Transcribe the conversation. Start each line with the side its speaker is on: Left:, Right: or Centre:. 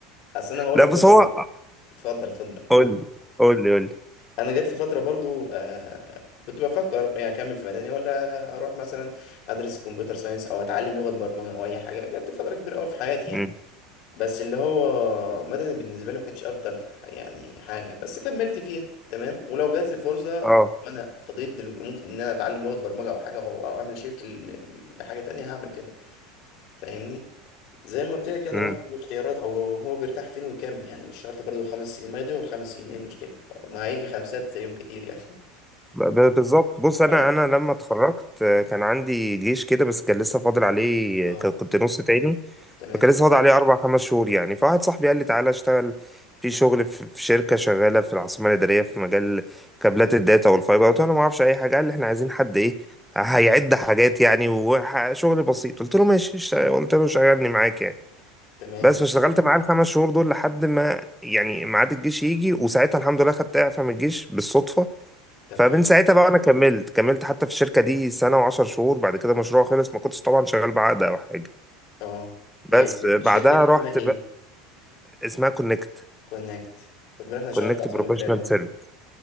Left: اصل انا هقول
Centre: لا
Left: لك
Centre: بس
Left: برضه
Centre: هو
Left: انا اتفضل اتفضل
Centre: قول
Left: قول.
Centre: لي قول لي قول لي
Left: انا جات لي فتره برضو آه كنت بفكر يعني اكمل في مدني ولا اروح مثلا ادرس كمبيوتر ساينس او اتعلم لغه برمجه او اي حاجه جات لي فتره كبيره قوي في حياتي
Centre: مم.
Left: يعني بس اللي هو مدني بالنسبه لي ما كانتش افضل يعني حاجه بس كملت فيها تمام ولو جات لي فرصه
Centre: اه
Left: وانا فضيت دل... ممكن ان انا اتعلم لغه برمجه او حاجه او, أو اعمل شيفت ل... ل- لحاجه تانية هعمل كده فاهمني زي ما قلت لك يعني
Centre: مم.
Left: الواحد له اختيارات او هو بيرتاح فين ويكمل يعني مش شرط برضه خمس سنين ما يضيعوا الخمس سنين ايه المشكله ما هيجي خمسات زيهم كتير يعني <laughs>
Centre: ب- ب- بالظبط بص انا
Left: اه
Centre: انا لما اتخرجت آه، كان عندي جيش كده بس كان لسه فاضل عليه
Left: اه
Centre: آه، كان- كنت نص تاني
Left: تمام
Centre: فكان لسه فاضل عليه أربع خمس شهور يعني فواحد صاحبي قال لي تعالى اشتغل في شغل في في شركة شغالة في العاصمة الإدارية في مجال كابلات الداتا والفايبر قلت له أنا ما أعرفش أي حاجة قال لي إحنا عايزين حد إيه هيعد حاجات يعني وشغل بسيط قلت له ماشي اشت- قلت له شغلني معاك يعني
Left: تمام
Centre: بس فاشتغلت معاه الخمس شهور دول لحد ما يعني ميعاد الجيش يجي وساعتها الحمد لله خدت إعفاء من الجيش بالصدفة
Left: طب
Centre: فمن
Left: حلو
Centre: ساعتها بقى أنا كملت كملت حتى في الشركة دي سنة وعشر شهور بعد كده المشروع خلص ما كنتش طبعا شغال بعقد أو حاجة
Left: اه هي
Centre: بس
Left: الشر-
Centre: بعدها
Left: الشركه دي
Centre: رحت
Left: اسمها ايه
Centre: اسمها كونكت
Left: كونكت خد بالك انا
Centre: كونكت
Left: شغال في العاصمه
Centre: بروفيشنال
Left: الاداريه برضه
Centre: سيرفيس